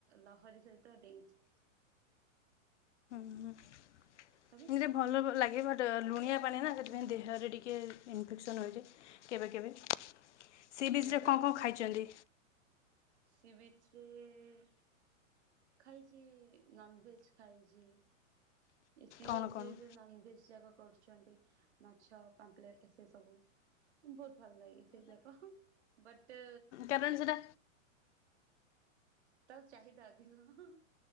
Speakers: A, on the right (about 55°); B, on the left (about 60°).
A: ଲହରୀ ସହିତ ଡେଇଛି।
B: ଉମ୍ ମୁଏଇଟା
A: ତମେ?
B: ଭଲ ଲାଗେ ବଟ୍ ଲୁଣିଆ ପାଣି ନା ସେଥିପାଇଁ ଦେହରେ ଟିକଏ ଇନଫେକ୍ସନ୍ ହୋଇଯାଏ କେବେ କେବେ। ସି ବିଚ୍
A: ଦୁନିଆ
B: ରେ
A: ପାଣି
B: କଣ କଣ ଖାଇଛନ୍ତି?
A: ସି ବିଚରେ ଖାଇଛି ନନଭେଜ ଖାଇଛି। ଏଇ ସି
B: କଣ
A: ବିଚ୍
B: କଣ
A: ରେ ଯୋଉ ନନଭେଜ ଯାକ କରୁଛନ୍ତି। ମାଛ, ପାମ୍ପଲେଟ ସେ ସବୁ। ବହୁତ ଭଲ ଲାଗେ ସେଇ ଯାକ। ବଟ୍
B: କାରଣ ସେଇଟା
A: ତା ଚାହିଦା ଅଧିକ ହହହ।